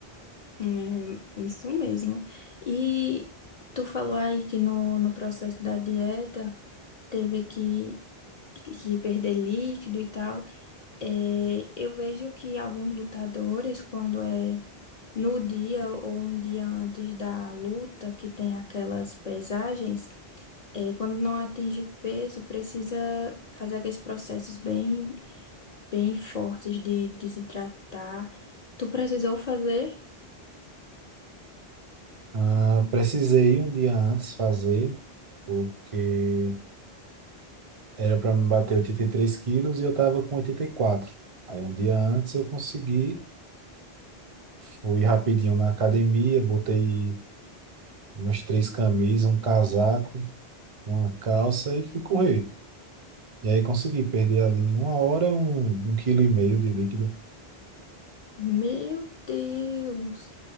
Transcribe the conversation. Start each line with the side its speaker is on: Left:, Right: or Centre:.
Left: É, isso mesmo. E tu falou aí que no, no processo da dieta teve que, que perder líquido e tal. É, eu vejo que alguns lutadores, quando é no dia ou um dia antes da luta, que tem aquelas pesagens, é, quando não atinge o peso, precisa fazer aqueles processos bem, bem fortes de desidratar. Tu precisou fazer?
Right: Ah, precisei um dia antes fazer, porque era para me bater 83 quilos e eu tava com 84. Aí um dia antes eu consegui, fui rapidinho na academia, botei umas três camisas, um casaco, uma calça e fui correr. E aí consegui perder ali em uma hora um, um quilo e meio de líquido.
Left: Meu Deus!